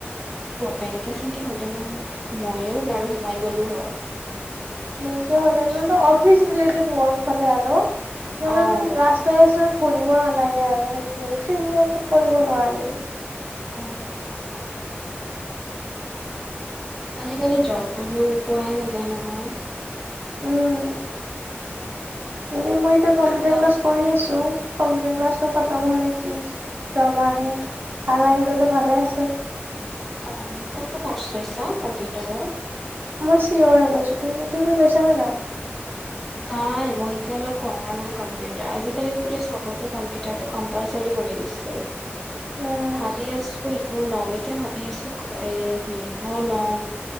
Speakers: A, in the centre; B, on the right (about 50°).
A: বেংক <unintelligible> হ'লে মই ময়ো বাৰু সোমাই গলো হয়।
B: মক
A: বাট
B: হলেনে অফিচ ৰেট <unintelligible> হলে আৰু তনে
A: অ',
B: ম ৰাস্ত <unintelligible> পঢ়িব নালাগে আৰু ফিলড ৱৰ্কত কৰিব নোৱাৰি।
A: উ আজিকালি জববোৰো পোৱাই নাযায় নহয়
B: উম এনে মই এতিয়া কম্পিউটাৰ
A: কিবা
B: ক্লাছ কৰি আছো কম্পিউটাৰ ক্লাছটো খতম হ'লে কি জব আহে ভাল আহিলেতো ভালে আছিল।
A: অহ, কতো কোৰ্চ লৈছা কম্পিউটাৰৰ?
B: মই চিও লৈছে। তুমি তুমি লৈছানে নাই?
A: নাই মই এতিয়া লৈ কৰা নাই কম্পিউটাৰ। আজিকালি বো ছবতে কম্পিটাৰ টো কম্পেলসৰি কৰি দিছে।
B: উম
A: ভাবি আছো টোও লম এতিয়া ভাবি আছো শটোও লম